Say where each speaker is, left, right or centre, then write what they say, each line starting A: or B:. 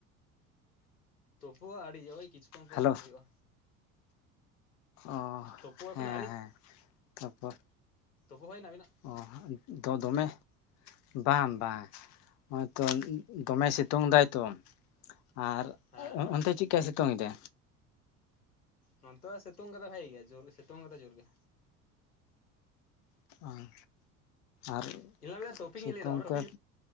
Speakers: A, on the left (about 85°); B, on the left (about 40°).
A: ᱛᱩᱯᱩᱜᱼᱟ ᱟᱹᱰᱤ ᱳᱭᱤᱪᱷᱩ ᱠᱷᱚᱱ ᱯᱚᱨᱮ
B: ᱦᱮᱞᱳ
A: ᱛᱩᱯᱩ ᱦᱳᱭᱳᱜᱼᱟ,
B: ᱚ
A: ᱛᱩᱯᱩ
B: ᱦᱮᱸ
A: ᱮᱠᱷᱚᱱ
B: ᱦᱮᱸ ᱛᱟᱯᱚᱨ,
A: ᱛᱚᱯᱩ ᱦᱩᱭᱱᱟ ᱟᱹᱵᱤᱱᱟᱜ
B: ᱚ ᱦᱟᱸᱜ ᱫᱚ ᱫᱚᱢᱮ ᱵᱟᱝ ᱵᱟᱝ ᱦᱚᱜ ᱚᱭᱛᱚ ᱫᱚᱢᱮ ᱥᱤᱛᱩᱝ ᱫᱟᱭ ᱛᱚ ᱟᱨ
A: ᱦᱮᱸ ᱦᱮᱸ
B: ᱚᱱᱛᱮ ᱪᱮᱫᱠᱟᱭ ᱥᱤᱛᱩᱝ ᱮᱫᱟ?
A: ᱱᱚᱛᱮ ᱫᱚ ᱥᱤᱛᱩᱝ ᱠᱚᱫᱚ ᱵᱷᱟᱹᱜᱤ ᱜᱮ᱾ ᱡᱳᱨ ᱥᱤᱛᱩᱝ ᱠᱚᱫᱚ ᱡᱳᱨ ᱜᱮ
B: ᱟᱨ ᱟᱨ
A: <unintelligible> ᱴᱚᱯᱤᱠ
B: ᱥᱤᱛᱩᱝ
A: ᱤᱧ ᱞᱟᱹᱭ ᱫᱟ ᱚᱱᱟ ᱴᱚᱯᱤᱠ
B: ᱛᱮ